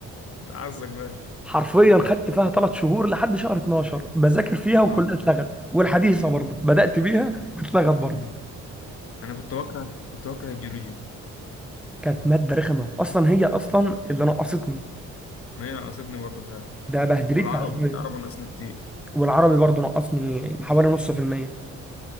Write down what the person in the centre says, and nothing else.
حرفيا خدت فيها ثلاث شهور لحد شهر 12 بذاكر فيها وكلها
اتلغت والحديثة برضه بدأت بيها واتلغت برضه
كانت مادة رخمة أصلا هي أصلا
اللي نقصتني
ده بهدلتني
حرفيا
والعربي برضو نقصني حوالي نص في المية